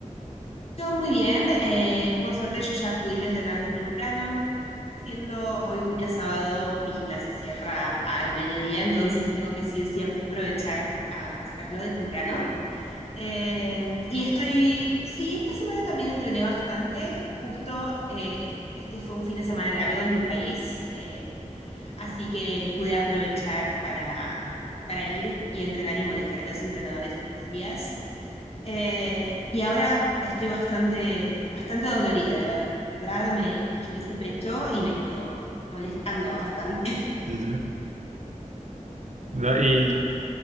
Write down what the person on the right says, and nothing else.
Ujú. No, y